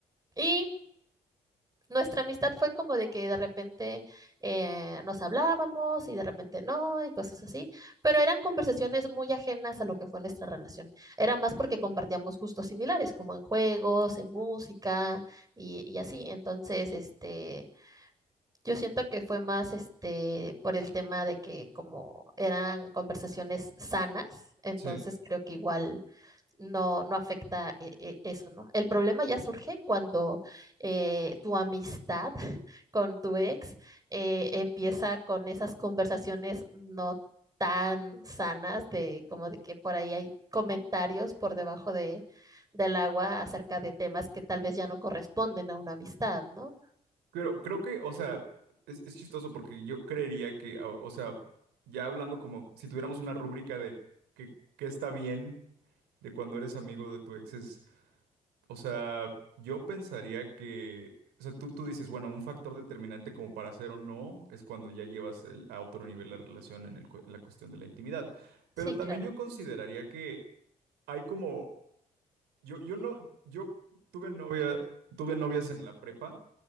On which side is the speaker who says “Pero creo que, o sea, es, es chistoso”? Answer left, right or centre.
Right